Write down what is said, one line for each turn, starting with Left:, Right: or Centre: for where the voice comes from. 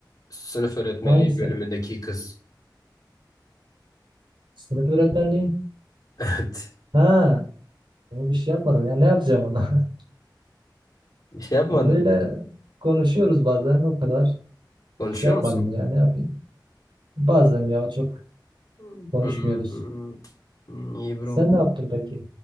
Left: sınıf öğretmenliği
Right: hangisi?
Left: bölümündeki kız. <laughs>
Right: Sınıf öğretmenliği?
Left: Evet.
Right: Ha. Onu bir şey yapmadım. Ya ne yapacağım onu? <laughs>
Left: Bir şey yapmadın.
Right: Öyle konuşuyoruz bazen o kadar.
Left: Konuşuyor
Right: Bir şey yapmadım
Left: musun?
Right: ya ne yapayım. Bazen ya çok
Left: Hmm,
Right: konuşmuyoruz.
Left: hmm, iyi bro.
Right: Sen ne yaptın peki?